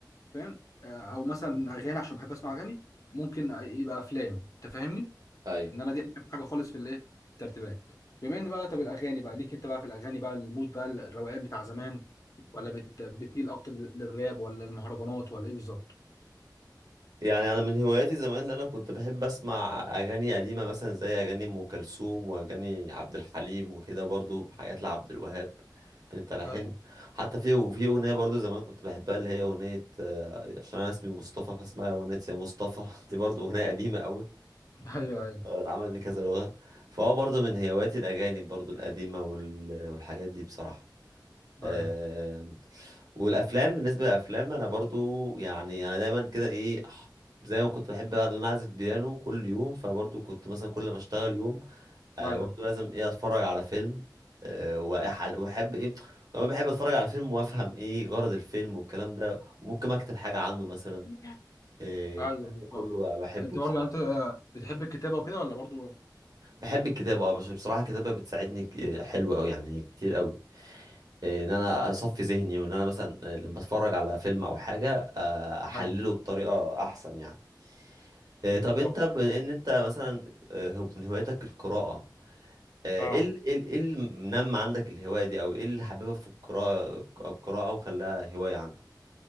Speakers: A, on the left; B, on the right.
A: فاهم آه او مثلا اغاني عشان بحب اسمع اغاني ممكن يبقى افلام انت فاهمني
B: ايوه
A: ان انا دي اخر حاجه خالص في الايه في الترتيبات بما ان بقى طب الاغاني بقى ليك انت بقى في الاغاني بقى المود بقى الروقان بتاع زمان ولا بت... بتميل اكتر لل- للراب ولا المهرجانات ولا ايه بالظبط
B: يعني انا من هواياتي زمان اللي انا كنت بحب اسمع اغاني قديمه مثلا زي اغاني ام كلثوم واغاني عبد الحليم وكده برضو حاجات لعبد الوهاب من التلحين
A: ايوه
B: حتى في وفي اغنيه برضو زمان كنت بحبها اللي هي اغنيه آه، عشان انا اسمي مصطفى فاسمها اغنيه يا مصطفى <laughs> دي برضو اغنيه قديمه قوي
A: ايوه ايوه
B: آه، اتعملت بكذا لغه فهو برضو من هواياتي الاغاني برضو القديمه وال- والحاجات دي بصراحه آمم
A: ايوه
B: والافلام بالنسبه للافلام انا برضو يعني انا دايما كده ايه ح- زي ما كنت بحب بقى ان انا اعزف بيانو كل يوم فبرضو كنت مثلا كل ما اشتغل يوم آه
A: ايوه
B: برضو لازم ايه اتفرج على فيلم آه وأح- واحب ايه كمان بحب اتفرج على فيلم وافهم ايه غرض الفيلم والكلام ده وممكن اكتب حاجه عنه مثلا
A: <laughs>
B: آه،
A: ايوه
B: الكلام
A: بالظبط
B: ده كله بحبه
A: انت
B: بصراحه
A: برضه يعني انت آه، بتحب الكتابه وكده ولا برضه
B: بحب الكتابه اه بس بصراحه الكتابه بتساعدني ك- حلوه قوي يعني كتير قوي إيه، ان انا اصفي ذهني وان انا مثلا آه، لما اتفرج على فيلم او حاجه آه، احلله
A: ايوه
B: بطريقه احسن يعني آه،
A: بالظبط
B: طب انت بما ان انت مثلا آه، هو- من هواياتك القراءه آه،
A: اه
B: ايه ال- ايه ال- إيه اللي منمى عندك الهوايه دي او ايه اللي حببك في القراءه القراءه وخلاها هوايه عندك